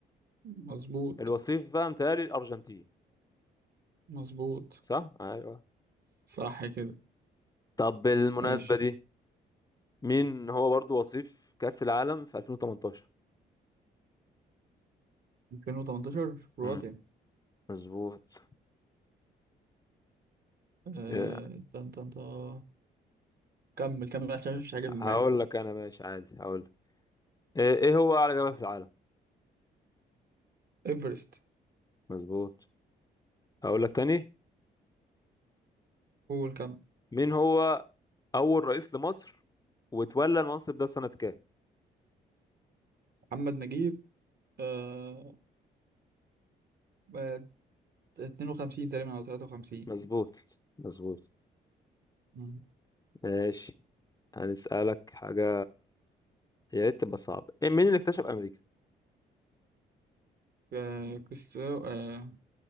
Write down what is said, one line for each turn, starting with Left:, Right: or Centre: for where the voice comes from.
Right: مظبوط
Left: الوصيف بقى متهيألي الأرجنتين
Right: مظبوط
Left: صح؟ أيوه
Right: صح كده
Left: طب بالمناسبة
Right: ماشي
Left: دي مين هو برضو وصيف كأس العالم في 2018
Right: 2018 كرواتيا
Left: مم. مظبوط
Right: آه...
Left: إيه،
Right: تن تن تن. كمل كمل عشان مفيش حاجة
Left: هقول
Right: في دماغي
Left: لك انا ماشي عادي هقول لك ايه إيه هو اعلى جبل في العالم
Right: ايفرست
Left: مظبوط هقول لك تاني
Right: قول كمل
Left: مين هو اول رئيس لمصر وتولى المنصب ده سنة كام
Right: محمد نجيب آه... آه، 52 تقريبا او 53
Left: مظبوط مظبوط
Right: مم.
Left: ماشي هنسألك حاجة يا ريت تبقى صعبة إيه مين اللي اكتشف امريكا
Right: آه... كريستو آه...